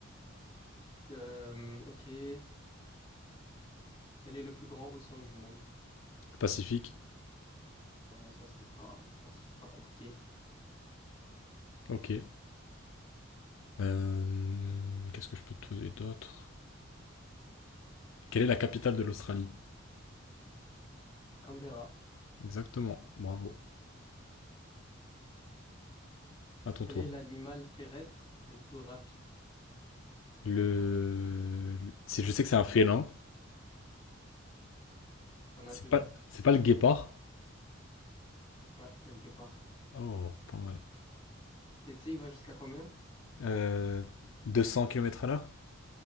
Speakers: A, on the left (about 25°); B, on the left (about 75°).
A: Euh, ok. Quel est le plus grand océan du monde?
B: Pacifique.
A: Ouais, ça, c'était pas, c'est pas, c'est pas compliqué.
B: Ok. Euh, qu'est-ce que je peux te donner d'autre? Quelle est la capitale de l'Australie?
A: Canberra.
B: Exactement. Bravo. À ton
A: Quel
B: tour.
A: est l'animal terrestre le plus rapide?
B: Le... c'est- Je sais que c'est un félin.
A: T'en
B: C'est
A: as deux.
B: pas... c'est pas le guépard.
A: Ouais, c'est le guépard.
B: Oh, pas mal.
A: Et tu sais, il va jusqu'à combien?
B: Euh, 200 kilomètres à l'heure?